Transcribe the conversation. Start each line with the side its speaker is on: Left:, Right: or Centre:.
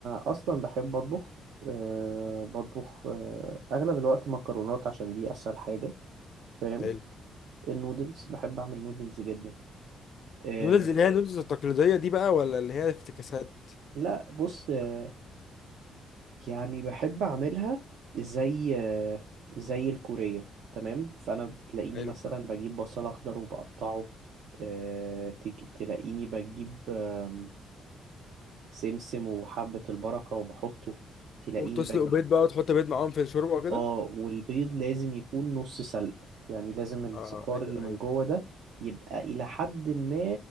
Right: اصلا بحب اطبخ أه بطبخ أه اغلب الوقت مكرونات عشان دي اسهل حاجه فاهم
Left: حلو
Right: النودلز بحب اعمل نودلز جدا آه،
Left: نودلز اللي هي النودلز التقليديه دي بقى ولا اللي هي افتكاسات
Right: لا بص آه، يعني بحب اعملها زي آه، زي الكورية تمام فانا بتلاقيني
Left: حلو
Right: مثلا بجيب بصل اخضر وبقطعه آه، تيجي تلاقيني بجيب آم، سمسم وحبة البركة وبحطه تلاقيني
Left: وتسلق
Right: بجيب
Left: بيض بقى وتحط بيض معاهم في الشوربه وكده
Right: اه والبيض لازم يكون نص سلق يعني لازم الصفار
Left: اه آه، ايوه
Right: اللي من
Left: ايوه
Right: جوه ده يبقى إلى حد ما